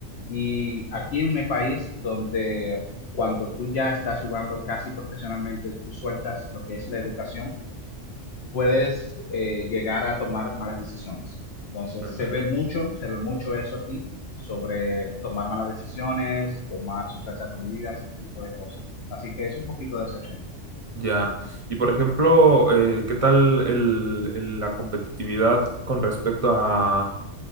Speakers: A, on the left (about 60°); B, on the right (about 35°).
A: y aquí en mi país donde cuando tú ya estás jugando casi profesionalmente, tú sueltas lo que es la educación, puedes eh, llegar a tomar malas decisiones. Entonces
B: Ujú.
A: se ve mucho, se ve mucho eso aquí sobre tomar malas decisiones, tomar sustancias prohibidas, ese tipo de cosas. Así que es un poquito decepcionante.
B: Ya. Y por ejemplo, eh, ¿qué tal el- el- la competitividad con respecto a